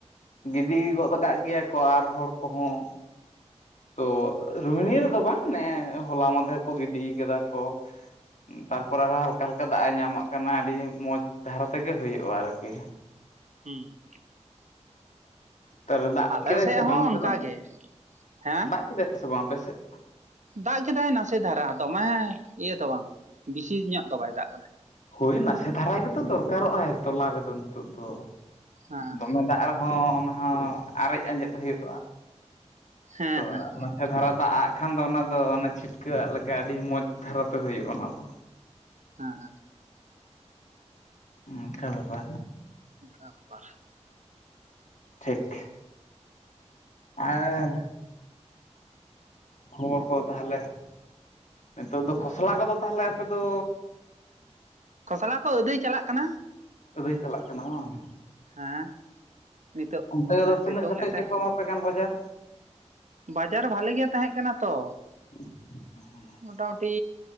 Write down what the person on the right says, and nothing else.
ᱦᱩᱸ
ᱟᱞᱮ
ᱥᱮᱫ
ᱦᱚᱸ
ᱚᱱᱠᱟ
ᱜᱮ ᱦᱮᱸ
ᱫᱟᱜ ᱠᱮᱫᱟᱭ ᱱᱟᱥᱮ ᱫᱷᱟᱨᱟ ᱫᱚᱢᱮ ᱤᱭᱟᱹ ᱫᱚ ᱵᱟᱝ ᱵᱮᱥᱤ ᱧᱚᱜ ᱫᱚ ᱵᱟᱭ ᱫᱟᱜ ᱠᱟᱫᱟᱭ᱾
ᱦᱮᱸ
ᱦᱮᱸ
ᱦᱮᱸ
ᱦᱮᱸᱻ
ᱚᱱᱠᱟ ᱵᱮᱯᱟᱨ
ᱠᱷᱚᱥᱞᱟ ᱠᱚ ᱟᱹᱫᱟᱹᱭ ᱪᱟᱞᱟᱜ ᱠᱟᱱᱟ᱾
ᱦᱮᱸ ᱱᱤᱛᱚᱜ
ᱚᱱᱮ
ᱥᱤᱛᱩᱝ
ᱮᱫ ᱛᱟᱦᱮᱸ
ᱵᱟᱡᱟᱨ ᱵᱷᱟᱞᱮ ᱜᱮ ᱛᱟᱦᱮᱸ ᱠᱟᱱᱟ ᱛᱚ᱾
ᱢᱚᱴᱟᱢᱩᱴᱤ